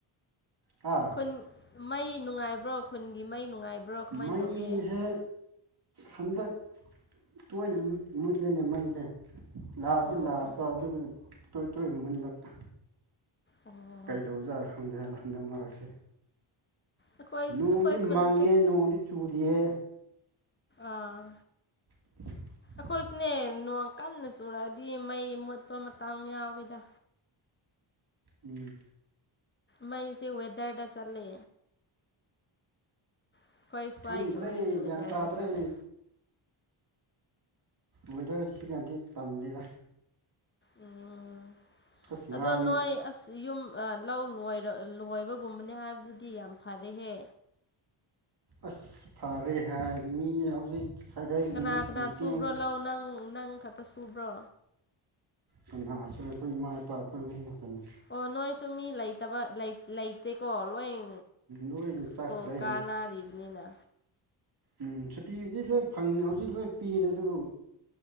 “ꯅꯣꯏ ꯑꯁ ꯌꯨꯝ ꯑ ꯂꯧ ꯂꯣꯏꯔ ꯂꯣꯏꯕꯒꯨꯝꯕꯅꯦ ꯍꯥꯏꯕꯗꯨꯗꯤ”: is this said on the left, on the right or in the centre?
Left